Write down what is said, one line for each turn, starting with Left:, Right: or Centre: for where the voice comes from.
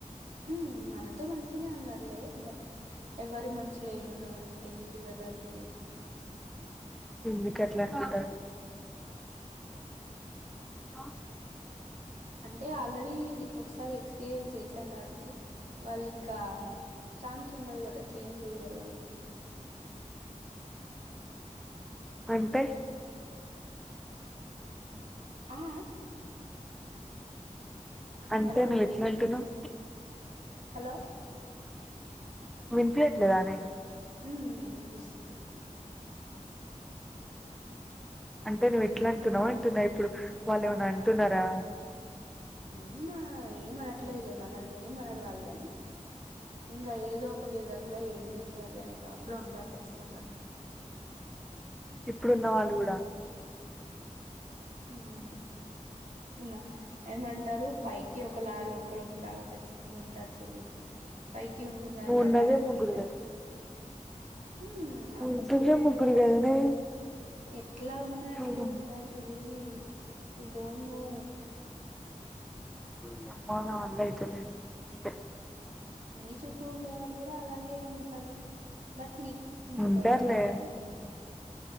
Right: ఉహు మనతో మంచిగానే ఉన్నారులే బట్ ఎవరి మనసులో ఏముందో మనకు తెలియదు కదా సిరి <inaudible>
Centre: ఎందుకు ఎట్లా అనుకుంటన్నావు ఆ
Right: అంటే ఆల్రెడీ ఒకసారి ఎక్స్పీరియన్స్ చేశాం గా వాటికి వాళ్ళు ఇంకా చఛాన్స్ ఉండదు కదా చేంజ్ చెయ్యరు అనేకి
Centre: అంటే
Right: ఆహ ఆ
Centre: అంటే
Right: హలో
Centre: నువ్వుఎట్లా అంటున్నావు
Right: హలో
Centre: వినిపియ్యట్లేదానే
Right: ఉహు వినిపిస్తుంది
Centre: అంటే నువ్వు ఎట్లా అంటున్నావా అంటున్నా ఇప్పుడు వాళ్ళు ఏమన్నా అంటున్నారా
Right: అవునా ఏమనట్లేదులే మనల్ని ఏమనరు వాళ్ళుగాని ఇంకా ఏదో ఒక విధంగా ఏడిపించాలి అనే థాట్ లో ఉంటారు ఖచ్చితంగా <inaudible>
Centre: ఇప్పుడు ఉన్న వాళ్ళు కూడా
Right: ఉహు ఉన్న హు ఏమంటారు పైకి ఒకలా లోపల ఒకలాగా ఖచ్చితంగా ఉంటారు సిరి పైకి ఉంటున్నారు
Centre: నువ్వు
Right: కదా
Centre: ఉన్నదే
Right: హ్యాపీగా
Centre: ముగ్గురు కదనే
Right: హు
Centre: నువ్వు
Right: ఆ
Centre: ఉంటుందే
Right: ముగ్గురే అయ్యిరా
Centre: ముగ్గురు కదనే
Right: ఎట్లా ఉన్నా అట్లే
Centre: ఓయమ్మా
Right: ఉంటారు సిరి యూ డోంట్ నో
Centre: ఓ నీ అమ్మ నా వల్ల అయితేలేదు <inaudible> ఉంటే
Right: నీ చుట్టూ ఉండే వాళ్ళు కూడా అలాగే ఉంటారు బట్ నీకు ఇంకా
Centre: ఉంటారులే
Right: బయట పల్లె అంతే